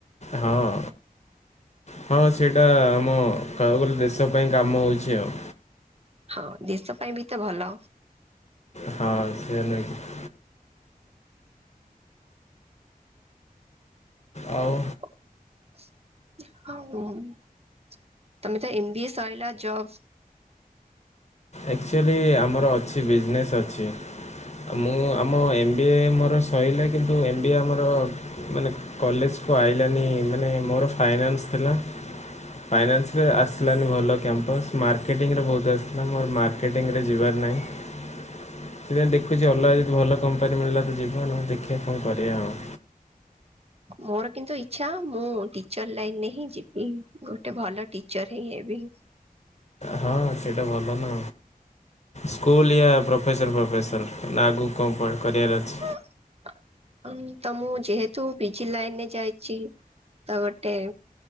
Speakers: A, on the left; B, on the right.
A: ହଁ ହଁ ସେଇଟା ଆମ କହିବାକୁ ଗଲେ ଦେଶ ପାଇଁ କାମ ହେଉଛି ଆଉ
B: ହଁ ଦେଶ ପାଇଁ ବି ତ ଭଲ।
A: ହଁ ସେ ନେଇକି ଆଉ
B: <unintelligible> ତମେ ତ ଏମବିଏ ସରିଲା ଜବ
A: ଆକ୍ଚୁଆଲି ଆମର ଅଛି ବିଜନେସ୍ ଅଛି। ମୁଁ ଆମ ଏମ୍ ବି ଏ ମୋର ସଇଲା କିନ୍ତୁ ଏମ୍ ବି ଏ ଆମର ମାନେ କଲେଜକୁୁ ଆଇଲାନି ମାନେ ମୋର ଫାଇନାନ୍ସ ଥିଲା। ଫାଇନାନ୍ସ ରେ ଆସିଲାନି ଭଲ କ୍ୟାମ୍ପସ୍ ମାର୍କେଟିଂରେ ବହୁତ ଆ ନା ମୋର ମାର୍କେଟିଂରେ ଯିବାର ନାହିଁ ସେଥିପାଇଁ ଦେଖୁଛି ଅଲଗା ଭଲ କମ୍ପ ଉପପାର ମିଳିଲା ତ ଯିବା ନ ହେଲେ ଦେଖିବା କଣ କରିବା ଆଉ
B: ମୋର କିନ୍ତୁ ଇଚ୍ଛା ମୁଁ ଟିଚର ଲାଇନରେ ହିଁ ଯିବି ଗୋଟେ ଭଲ ଟିଚର ହିଁ ହେବି।
A: ହଁ ସେଇଟା ଭଲ ନା ସ୍କୁଲ୍ ୟା ପ୍ରଫେସର ପ୍ରଫେସର ନା ଆଗକୁ କଣ କରିବାର ଅଛି।
B: <unintelligible> ହ ତ ମୁଁ ଯେହେତୁ ପିଜି ଲାଇନ ରେ ଯାଇଛି ତ ଗୋଟେ